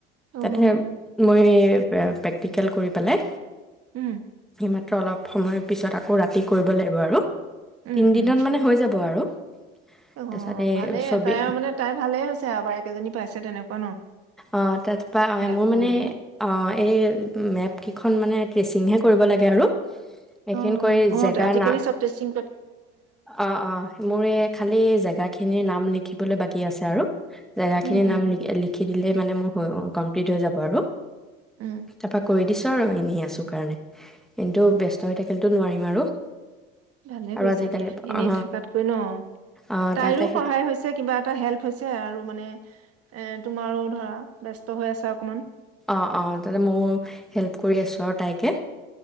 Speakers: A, on the right; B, in the centre.
A: অ'।
B: তাতে মই। প্ৰেক্টিকেল কৰি পেলাই
A: উম।
B: মাত্ৰ অলপ সময়ৰ পিছত আকৌ ৰাতি কৰিব লাগিব আৰু।
A: উম,
B: তিনি দিনত
A: উম।
B: মানে হৈ যাব আৰু।
A: অ
B: তাৰপিছতে
A: ভালেই
B: ছবি
A: তাই মানে তাই ভালে হৈছে এবাৰ কেইজনী পাইছে তেনেকুৱা ন
B: অ', তাৰপৰা
A: হেল্প
B: মোৰ মানে
A: কৰো দিয়া।
B: অ', এই মেপকেইখন মানে ট্ৰেচিংহে কৰিব লাগে আৰু সেইখিনি
A: অ
B: কৰি
A: অ
B: জেগাৰ
A: আজিকালি
B: নাম
A: চব সিং
B: অ অ মোৰ এই খালি জেগাখিনিৰ নাম লিখিবলৈ বাকী আছে আৰু জেগা
A: উম,
B: খিনিৰ
A: উম।
B: নাম লিখি দিলে মানে মোৰ কমপ্লিট হৈ যাব আৰু।
A: উম,
B: তাৰাপা কৰি দিছো। আৰু এনে আছোঁ কাৰণে কিন্তু ব্যস্ত হৈ থাকিলেতো নোৱাৰিম আৰু।
A: ভালে
B: আৰু
A: কৰিছা
B: আজিকালি
A: দিয়া এনে
B: অ
A: থকাতকৈ ন
B: অ
A: তাইৰো
B: তাতে সেই
A: সহায় হৈছে কিবা এটা হেল্প হৈছে আৰু মানে এ তোমাৰো ধৰা ব্যস্ত হৈ আছা অকমান।
B: অ অ তাতে মোৰ হেল্প কৰি আছোঁ আৰু তাইকে